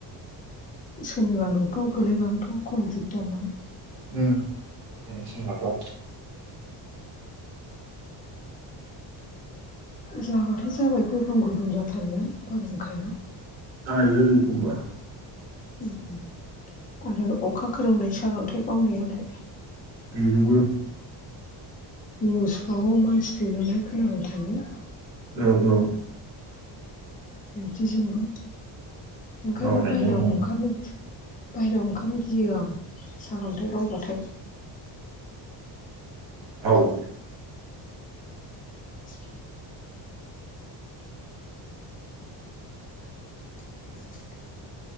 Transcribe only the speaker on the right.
उम गोलै सिनिबाथ'
जायो एखमबा
बेजोंबो
औ औ
गावनायजों
औ